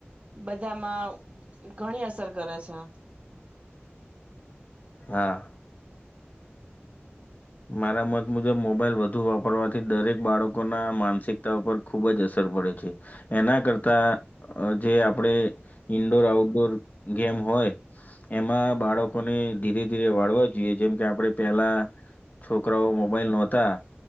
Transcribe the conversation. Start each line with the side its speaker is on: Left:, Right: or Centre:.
Right: બધામાં ઘણી અસર કરે છે.
Left: હા. મારા મત મુજબ મોબાઈલ વધુ વાપરવાથી દરેક બાળકોના માનસિકતા ઉપર ખૂબ જ અસર પડે છે એના કરતાં જે આપણે ઈન્ડોર આઉટડોર ગેમ હોય એમાં બાળકોને ધીરે ધીરે વાળવા જોઈએ જેમકે આપણે પહેલા છોકરાઓ મોબાઈલ નહોતા